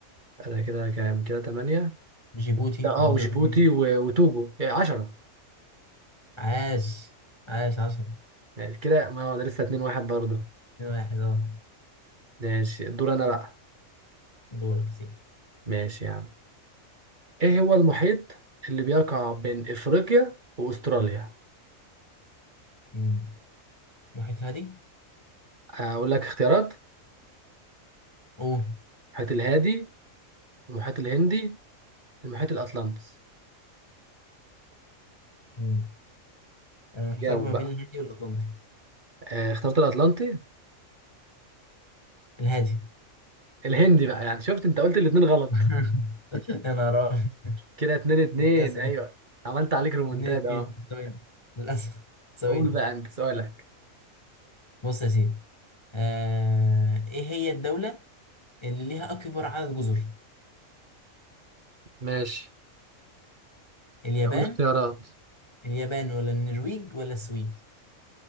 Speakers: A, on the right; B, on the left.
A: انا كده كام كده 8
B: جيبوتي
A: اه
B: وجزر
A: وجيبوتي
B: القمر
A: و- وتوجو يعني 10
B: عاش عاش عشرة
A: يعني كده ما هو ده لسه 2 1 برضه
B: اتنين واحد اه
A: ماشي الدور انا بقى
B: دورك يا سيدي
A: ماشي يا عم ايه هو المحيط اللي بيقع بين افريقيا واستراليا
B: امم محيط الهادي
A: اقول لك اختيارات
B: قول
A: المحيط الهادي المحيط الهندي المحيط الاطلنطي
B: مم. انا محتار
A: جاوب
B: ما
A: بقى
B: بين الهادي والاطلنطي
A: آه، اخترت الاطلنطي
B: الهادي
A: الهندي بقى يعني شفت انت قلت الاتنين غلط
B: <laughs> يا نهار أبيض،
A: كده اتنين اتنين
B: إيه الكسل
A: ايوه
B: ده؟
A: عملت عليك ريمونتاد
B: اتنين اتنين
A: اه
B: سوينا للأسف سوينا
A: قول بقى انت سؤالك
B: بص يا سيدي آه... ايه هي الدولة اللي ليها أكبر عدد جزر
A: ماشي
B: اليابان
A: قول اختيارات
B: اليابان ولا النرويج ولا السويد